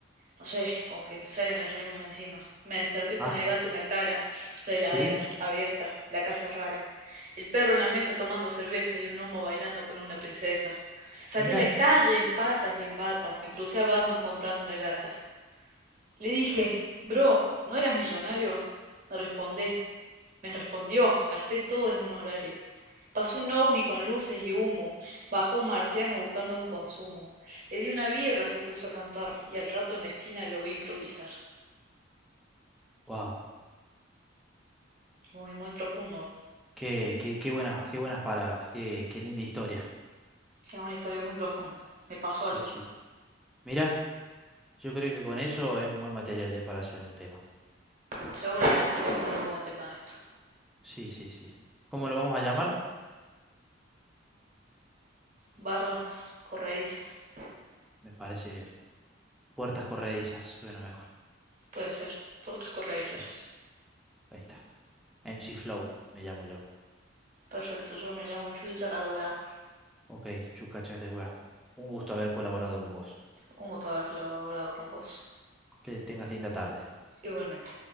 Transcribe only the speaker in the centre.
Ah,
sí,
mira.
Wow,
Qué, qué, qué buenas, qué buenas palabras, qué, qué linda historia.
Sí,
sí. Mira, yo creo que con eso es un buen material, eh, para hacer un tema.
Sí, sí, sí. ¿Cómo lo vamos a llamar?
Me parece bien. Puertas corredizas, suena mejor.
Sí, ahí está. MC Flow, me llamo yo.
Ok, Chuca Chatehuea. Un gusto haber colaborado con vos.
Que tengas linda tarde.